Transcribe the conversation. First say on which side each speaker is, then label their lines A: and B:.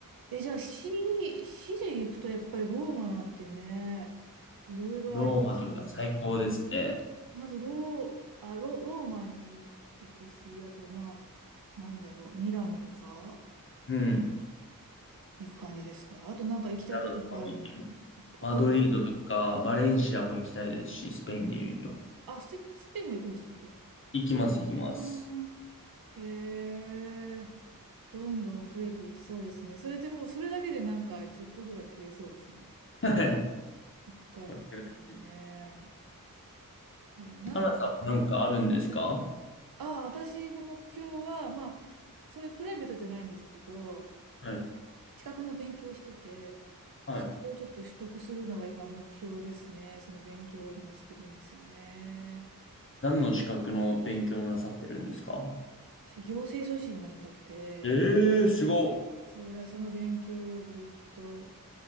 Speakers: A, on the right (about 75°); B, on the left (about 35°).
A: え、じゃあ、市、市で行くとやっぱりローマなんてね、いろいろありますよね。
B: ローマとか最高ですね。
A: まずロー、あ、ロ、ローマに行くし、あと、まあ、なんだろう、ミラノとか
B: うん。
A: 行く感じですかあとなんか行きたいとこってあるんですか
B: なるほど
A: ここ、
B: マドリードとかバレンシアも行きたいですし、スペインで言うと。
A: あ、スペ、スペインも行くんでしたっけ
B: 行きます、行きます。
A: あーへえ、どんどん増えていきそうですね。それでもうそれだけでなんか10個ぐらい増えそうですね。その
B: はい。
A: 1回の旅行ね。
B: これくらい。
A: えーな、
B: 花さんもなんかあるんですか
A: あ、私の目標は、まあ、そういうプライベートじゃないんですけど、
B: はい。
A: 資格の勉強をしてて、
B: はい。
A: それをちょっと取得するのが今目標ですね。その勉強を今してるんですよね。
B: 何の資格の勉強なさってるんですか
A: 私、行政書士になりたくて、
B: ええすごっ。
A: そうだ、その勉強をずっと